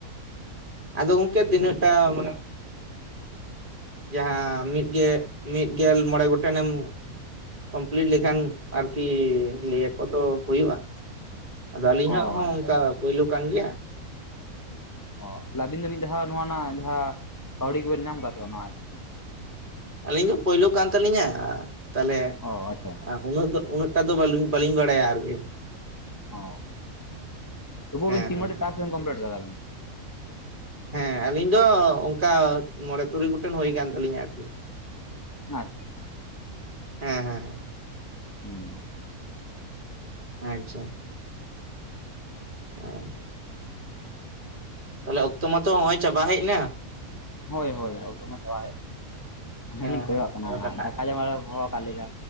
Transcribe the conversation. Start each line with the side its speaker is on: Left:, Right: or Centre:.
Right: ᱟᱫᱚ ᱜᱚᱝᱠᱮ ᱛᱤᱱᱟᱹᱜ ᱴᱟ ᱢᱚᱱᱮ ᱡᱟᱸᱦᱟ ᱢᱤᱫ ᱜᱮ ᱢᱤᱫ ᱜᱮᱞ ᱢᱚᱬᱮ ᱜᱚᱴᱮ ᱱᱮᱢ ᱠᱚᱢᱯᱞᱤᱴ ᱞᱮᱠᱷᱟᱱ ᱟᱨᱠᱤ ᱞᱟᱹᱭ ᱟᱠᱚ ᱛᱚ ᱦᱳᱭᱳᱜ-ᱟ᱾ ᱟᱫᱚ ᱟᱞᱤᱧ
Left: ᱚ
Right: ᱦᱟᱸᱜ ᱦᱚᱸ
Left: ᱟᱪᱪᱷᱟ
Right: ᱚᱝᱠᱟ ᱯᱳᱭᱞᱳ ᱠᱟᱱ ᱜᱮᱭᱟ᱾
Left: ᱚ ᱛᱟᱦᱞᱮ ᱟᱵᱤᱱ ᱫᱚ ᱢᱤᱫ ᱫᱷᱟᱣ ᱱᱚᱣᱟ ᱨᱮᱱᱟᱜ ᱡᱟᱸᱦᱟ ᱠᱟᱣᱰᱤ ᱠᱚᱵᱮᱱ ᱧᱟᱢ ᱠᱟᱜ-ᱟ ᱥᱮ ᱵᱟᱝ ᱱᱚᱣᱟ ᱮᱯᱥ
Right: ᱟᱞᱤᱧ ᱫᱚ ᱯᱳᱭᱞᱳ ᱠᱟᱱ ᱛᱟᱞᱤᱧᱟ ᱛᱟᱞᱦᱮ
Left: ᱚ ᱟᱪᱪᱷᱟ
Right: ᱩᱱᱟᱹᱜ ᱫᱚ ᱩᱱᱟᱹᱜ ᱴᱟ ᱫᱚ ᱵᱟᱞᱤᱧ ᱵᱟᱞᱤᱧ ᱵᱟᱲᱟᱭᱟ ᱟᱨ ᱠᱤ
Left: ᱚ ᱛᱩᱵᱩ
Right: ᱦᱮᱸ
Left: ᱟᱹᱵᱤᱱ ᱛᱤᱱ
Right: ᱦᱮᱸ
Left: ᱜᱚᱴᱮᱡ ᱴᱟᱠᱥ ᱵᱮᱱ ᱠᱚᱢᱯᱞᱤᱴ ᱠᱟᱫᱟ ᱵᱤᱱ?
Right: ᱦᱮᱸ ᱟᱞᱤᱧ ᱫᱚ ᱚᱝᱠᱟ ᱢᱚᱬᱮ ᱛᱩᱨᱩᱭ ᱜᱚᱴᱮᱱ ᱦᱳᱭ ᱠᱟᱱ ᱛᱟᱞᱤᱧᱟ ᱟᱨᱠᱤ᱾
Left: <unintelligible>
Right: ᱦᱮᱸ ᱦᱮᱸ ᱦᱮᱸ᱾
Left: ᱦᱩᱸ᱾
Right: ᱟᱪᱪᱷᱟ᱾ ᱟᱸ ᱛᱟᱞᱦᱮ ᱚᱠᱛᱚ ᱢᱟᱛᱚ ᱦᱚᱸᱜ-ᱚᱭ ᱪᱟᱵᱟ ᱦᱮᱡ ᱱᱟ᱾
Left: ᱦᱳᱭ ᱦᱳᱭ ᱚᱠᱛᱚ ᱢᱟ ᱪᱟᱵᱟ ᱦᱮᱡ ᱱᱟ ᱚᱱᱟ ᱜᱮᱞᱤᱧ
Right: ᱦᱮᱸ
Left: ᱠᱚᱭᱚᱜ
Right: ᱦᱮᱸ
Left: ᱟᱜ ᱠᱟᱱᱟ
Right: ᱟᱫᱚ
Left: ᱦᱟᱸᱜ
Right: ᱠᱟᱴᱟᱜᱼᱟ
Left: ᱫᱟᱠᱟ ᱡᱚᱢ ᱟᱨᱚ ᱠᱚ ᱦᱚᱦᱚ ᱠᱟᱜ ᱞᱤᱧᱟ᱾